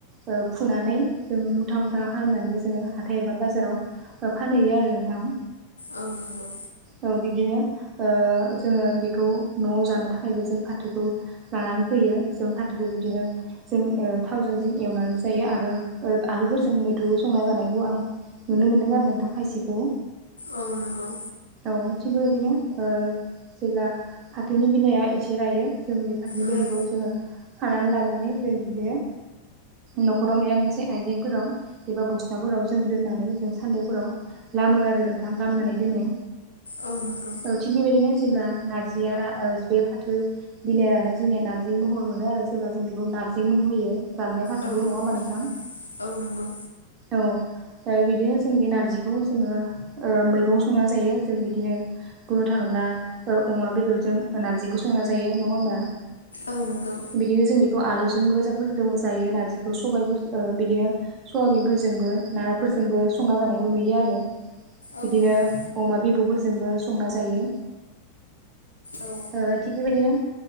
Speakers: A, on the right; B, on the left.
A: ओ फुनानै जों मुथा मुथा खालामनानैबो जोङो हाथाय एबा बाजाराव फानहैयो आरो नोंथां।
B: औ नंगौ
A: ओ बिदिनो ओ जोङो बेखौ न'आव जानो थाखायबो जों फाथोखौ लानानै फैयो। जों फाथोखौ बिदिनो जों ओ थावजों जों एवनानैबो जायो आरो ओ आलुफोरजों मैद्रुबो सं ना जानायखौ आं नुनो मोन्दों आरो नोंथां खायसेखौ।
B: औ नंगौ
A: औ थिग बेबायदिनो ओ जेब्ला फाथोनि बिलाइया एसे रायो जों बे फाथोनि बिलाइखौ
B: उम
A: जोङो खानानै लाबानानै जों बिदिनो न'खराव माबा मोनसे आइजेंफोराव एबा बस्थाफोराव जों दोननानै जों सान्दुंफोराव लामो आरो नोंथां लामनानै दोनो।
B: औ नंगौ
A: औ थिग बेबायदिनो जेनब्ला नारजिया रा ओ बे फाथो बिलाइानो जोंनिया नार्जि महर मोनो आरो जेब्ला जों बेखौ नारजि मुं होयो। राननाय फारथोलबो
B: औ नंगौ
A: नङा होमबा नोंथां?
B: औ नंगौ
A: औ ओ बिदिनो जों बे नारजिखौ जोङो ओ मैगं संना जायो जों बिदिनो बुंनो थाङोब्ला ओ अमा बेदरजों नारजिबो संना जायो नङा होमबा?
B: औ नोंगौ
A: बिदिनो जों बेखौ आलुजोंबो जफोर दङ जायो नारजिखौ सबायाइफोर ओ बिदिनो सयाबिनफोरजोंबो नाफोरजोंबो संना जानायखौ नुयो आरो।
B: औ
A: बिदिनो
B: नंगौ
A: अमा बिबौ'फोर जो जोंबो संना जायो।
B: औ
A: ओ थिग बेबायदिनो